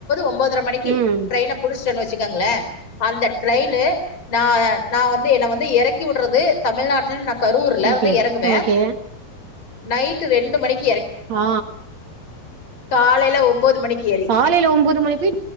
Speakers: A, on the left; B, on the right.
A: ஒம்பதரை மணிக்கு
B: ம்
A: ட்ரெயின் புடிச்சிட்டேன் வச்சுக்கங்களேன் அந்த ட்டெயின்னு நா வந்து என் வந்து இறக்கி விடுறது தமிழ்நாட்டல நா கரூர்ல
B: ஓகே
A: வந்து இறங்குவேன்
B: ஓகே
A: நைட்டு ரெண்டு மணிக்
B: ஆ
A: காலையில ஒன்போது மணிக்கு ஏறி
B: காலைல ஒம்போது மணி போய்